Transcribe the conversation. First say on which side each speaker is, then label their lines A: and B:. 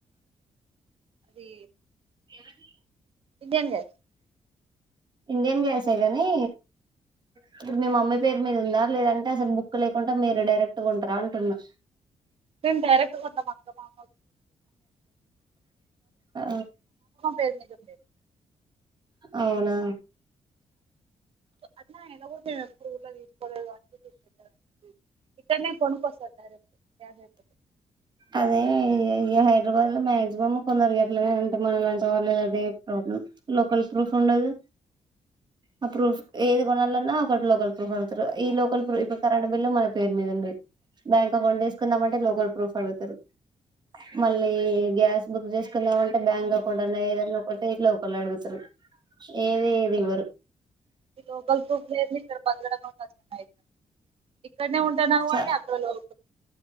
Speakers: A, on the right; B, on the right.
A: అది
B: ఎవది
A: ఇండియన్ గ్యాస్
B: ఇండియన్ గ్యాసే కాని, ఇప్పుడు మీ మమ్మీ పేరు మీద ఉందా లేదంటే అసలు బుక్ లేకుండా మీరు డైరెక్ట్గా కొంటారా అంటున్నా
A: నేన్ డైరెక్ట్ కొంటాను అక్క మ
B: ఆ
A: <inaudible>
B: అవునా
A: అన్నా ఇన కూడా మేము ఎప్పుడు ఊర్లో తీసుకోలేదు కాబట్టి ఇక్కనే కొనుక్కొస్తారు డైరెక్ట్ గ్యాస్ అయిపోతుంది
B: అదే హైదరాబాద్లో మే మంచి బమ్మ కొందరికి ఎట్లనే అంటే మన ఇలాంటి వాళ్లేదు అదే ప్రాబ్లం, ఇంకోలా ప్రూఫ్ ఉండదు ఆ ప్రూఫ్ ఏది కొనలన్నా ఒకటిలో ఒకలి పడుతురు ఈ లోకల్ ఇపుడు కరెంట్ బిల్ లో మన పేరు మీద ఉండి బ్యాంక్ అకౌంట్ తీస్ ఉండపట్టే లోకల్ ప్రూఫ్ అడుగుతరు మళ్ళీ గ్యాస్ బుక్ చేస్ కుందామంటే బ్యాంక్ అకౌంట్ అన్న ఏదన్నా ఒకే ఇట్ల ఒకళ్ళు అడుగుతారు ఏది ఈవరు
A: ఈ లోకల్ ప్రూఫ్ లేనిది ఇక్కడ బతకడం కష్టం అయ్యే ఇక్కడనే ఉంటానవు
B: చ
A: గాని అక్కడ లోన్